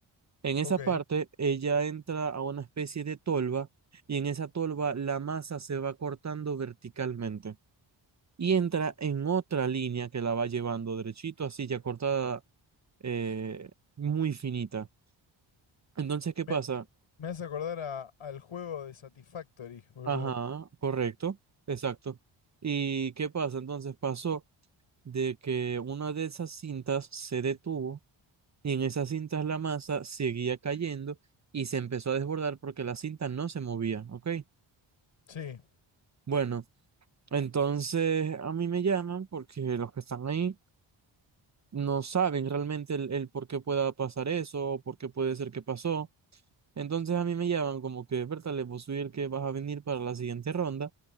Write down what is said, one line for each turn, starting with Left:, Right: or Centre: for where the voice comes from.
Right: En esa
Left: Ok.
Right: parte, ella entra a una especie de tolva y en esa tolva la masa se va cortando verticalmente y entra en otra línea que la va llevando derechito, así ya cortada, eh, muy finita. Entonces, ¿qué
Left: Me,
Right: pasa?
Left: me hace acordar a- al juego de Satisfactory, boludo.
Right: Ajá, correcto, exacto. ¿Y qué pasa? Entonces pasó de que una de esas cintas se detuvo y en esas cintas la masa seguía cayendo y se empezó a desbordar porque la cinta no se movía, ¿ok?
Left: Sí,
Right: Bueno, entonces a mí me llaman porque los que están ahí no saben realmente el, el por qué pueda pasar eso, o por qué puede ser que pasó. Entonces a mí me llaman como que, Bertale, vos soy el que vas a venir para la siguiente ronda,